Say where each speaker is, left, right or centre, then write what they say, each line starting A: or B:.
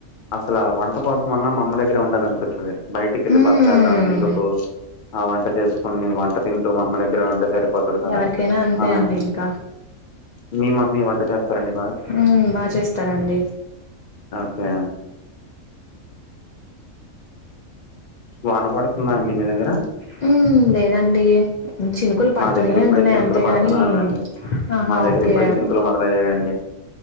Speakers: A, on the left; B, on the left.
A: అసలు ఆ వంట కోసం అన్నా మా అమ్మ దగ్గరే ఉండాలనిపిస్తది బయటకెళ్ళి
B: ఉమ్
A: బతకల్రా ఎందుకు ఆ వంట చేస్కుని వంట తింటూ మామ్మ దగ్గరే ఉంటే సరిపోతది కదా
B: ఎవరికైనా అంతే
A: అని
B: అండి ఇంకా
A: మీ మమ్మీ వంట చేత్తర అండి
B: హ్మ్ బా చేస్తారండి
A: ఓకే వాన పడతందా అండి మీ దగ్గర
B: హ్మ్ లేదండి చినుకులు పడతునే
A: మా దగ్గర ఇప్పుడే
B: ఉంటునయ్
A: చినుకులు
B: అంతేగాని
A: పడుతున్నానండి
B: ఆహా
A: మా దగ్గర
B: ఒకే
A: ఇప్పుడే చినుకులు మొదలయ్యాయండి